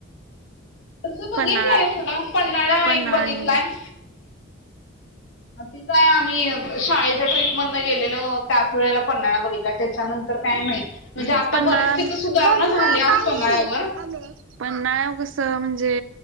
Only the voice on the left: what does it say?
असं बघितलंयट
म पन््हाळा
एक बघितलाय
ती काय आम्ही शाळेच्या ट्रीप मध गेलेलो त्याच वेळेला पनण्याला बघितल्या त्याच्यानंतर काय माहित म्हणजे
आता
बरीच तिथं सुधारणा
झाल्या
पन्हाळ्यावर